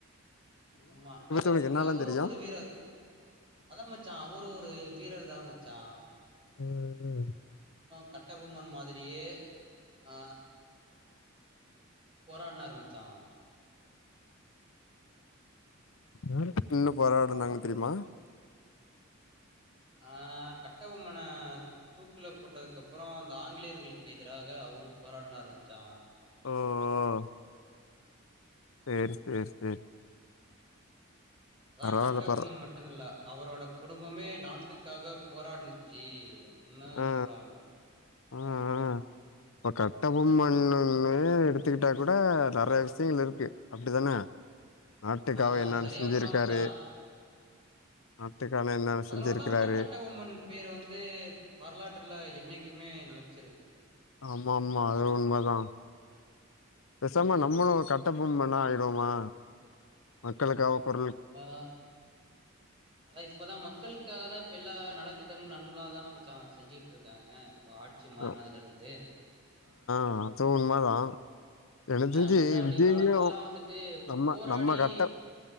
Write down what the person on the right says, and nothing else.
ஆமா அவருக்கு
அவரு
ஒரு வீரர் அதான் மச்சா அவரும் ஒரு வீரர் தா மச் சா
கட்ட பொம்மன் மாதிரியே ஆ போராடுனாரு மச்சா
ஆ கட்ட பொம்மன தூக்குல போட்டதுக்கு அப்புறம் அந்த ஆங்கிலேயர்களுக்கு எதிராக அவ அவரு போராடுனாரு மச்சா
அதா
கட்ட பொம்மன்
மட்டு இல்ல அவரோட குடும்பமே நாட்டுக் க்காக போராடினிச்சு அப்படின்னு
சொல்றாங்க
ஆ
சரியா
சொன்ன மச்சா
அதனாலதா
மச்சா கட்டபொம்மன் பேரு வந்து வரலாற்றுல என்னைக்குமே நெலச்சிருக்கு
ம்
நம்மளா அதா இப்பதா மக்களுக்காக தா இப்ப எல்லா நலத் திட்டங்கள் நன்லாதான மச்சா செஞ்சுகிட்ருக்காங்க இப்ப ஆட்சி மாறுனதுல
இருந்து
ஆ
முன்னாடி
காலத்துலல்லா வந்துட்டு
போராடி